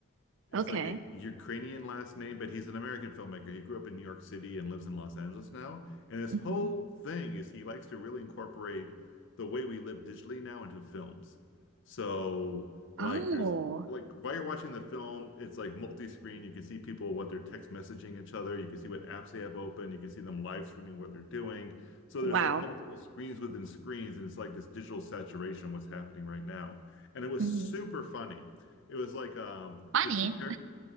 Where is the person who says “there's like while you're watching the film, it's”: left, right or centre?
Left